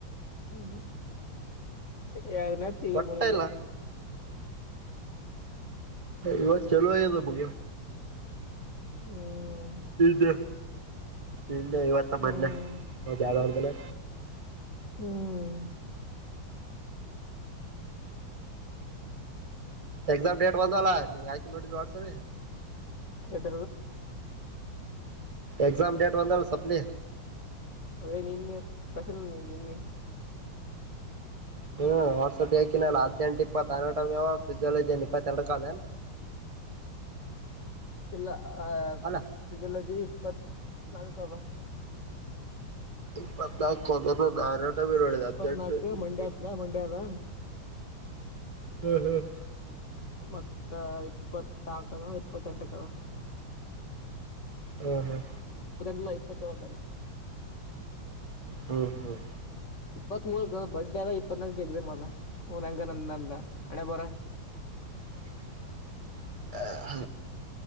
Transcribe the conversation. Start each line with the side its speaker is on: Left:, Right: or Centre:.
Left: ಹ್ಮ್ ಹ್ಮ ಯಾರನೇ ತಗಿನ
Right: ಒಟ್ಟ
Left: ಮೊಳಿಲ್ಲ
Right: ಇಲ್ಲ ಇವಾಗ ಚಲ ಆ ಬ
Left: ಹ್ಮ್
Right: ದ ಇನ್ನ ಇವತ್ತ
Left: ಹ್ಮ್
Right: ಮದ ಮ್ಯಾಳವರ್್ದಲ್ಲ
Left: ಹ್ಮ್
Right: ಎಕ್ಸಾಮ ಟ್ ಬಂದಲ್ಲ ನೀ ನೋಡಿ ವಾಟ್ಸಪ
Left: ಎ್ದ
Right: ಎಕ್ಸಾಮ ಡೇಟ್ ಒಂದಂದಲ್ಲ ಸಪ್ಲಿ
Left: ಅದೇ ನಿನ್ನೆ ಕಸರ ನಿನ್ನೆ
Right: ಹ್ಮ್ ವರ್ಸತ್ ಹಾಕಿನಲ್ಲ ಹದ್ನೆಂಟು ಇಪ್ಪತ್ತತ್ದಿನೆಂಟಾವ ಫಿಯೋಲಜಿ ನ್ ಇಪ್ಪತ್ತೆರಡ ಅದನ್ ಹ
Left: ಇಲ್ಲ ಆ
Right: ಅಲ್ಲ
Left: ಫ್ರಿಜ್ ಫ್ರಿಜ್ಲ್ಲಜಿ ಇಪ್ಪತ್ತ್ ನಲ್ಕ
Right: ಇಪ್ಪತ್ನಾಲ್ಕ ಕೊಂದ ನಾರಟ ಬೀಡ
Left: ಇಪ್ಪತ್ನಾಲ್ಕು
Right: ಅಟ್ ಇಪ್ಪ
Left: ಮಂಡ್ಯ ಆತದ ಮಂಡ್ಯ ಅದ
Right: ಹ್ಮ್ ಹ್ಮ್
Left: ಮತ್ತ ಇಪ್ಪತ್ಾಕ ಇಪ್ಪತ್ತೆಂಟಕದ
Right: ಹ್ಮ್ ಹ್ಮ್
Left: ಇ ಲ್ಲ ಇಪ್ಪಟ್ಟಳಕ್ಕಲ್ಲ
Right: ಹ್ಮ್ ಹ್ಮ್
Left: ಇಪ್ಪತ್ ಮೂರ್ಕ್ ಬರ್ಡ ಅದ ಇಪ್ಪತ್ನಾಲ್ಕ ಎಕ್ಸ್ ಅದ ಹ್ಂಗ ನಂದಂದ ಹಣೆ ಬರ
Right: <inaudible> ಹ